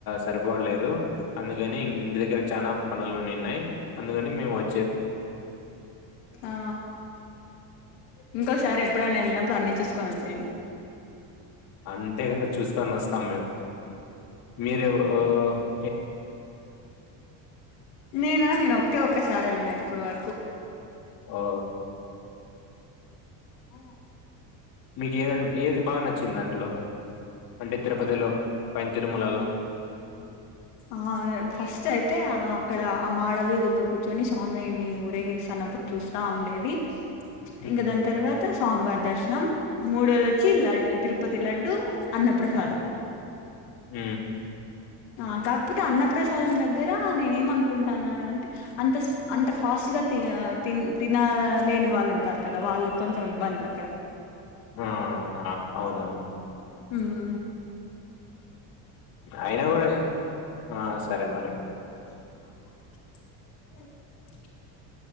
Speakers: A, on the left; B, on the left.
A: సరిపోట్లేదు అందుక గాని <unintelligible> <unintelligible> దగ్గర చానా పనులునిన్ పి అందుకని మేము వ <unintelligible>
B: ఆ ఇంకోసారి ఎప్పుడైనా వెళ్ళినప్పుడు అన్ని చూసుకోనొచ్చేయండి
A: అంతే కదా చూసుకొని వస్తాం మేము మీరె <unintelligible>
B: నేనా నేను ఒకే ఒక్కసారి వెళ్ళినా ఇప్పుడు వరకు
A: ఓ
B: ఆ <unintelligible>
A: మీకు ఏదన్ ఏది బాగా నచ్చిందన్ టైంలో అంటే తిరుపతిలో పైన తిరుమలలో
B: ఆ ఫస్ట్ అయితే అక్కడ ఆ మాడ వీధుల్లో కూర్చొని స్వామిని ఊరేగిస్తున్నప్పుడు చూస్తా ఉండేది
A: ఉమ్
B: ఇంగ దాని తర్వాత స్వామివారి దర్శ్ మూడోది వచ్చి లడ్ తిరుపతి లడ్డు అన్నప్రసాదం
A: హు
B: ఆ కాకపోతే అన్నప్రసాదం దగ్గర నేనే ఏమనుకుంటాన్నా అంటే అంత అంత ఫాస్ట్ గా తి తినలేని వాళ్ళు ఉంటారు కదా వాళ్ళు కొంచెం ఇబ్బంది అక్కడ
A: ఆ అవునవును
B: హ్మ్
A: అయినా కూడా ఆ సరే మరి
B: హ్మ్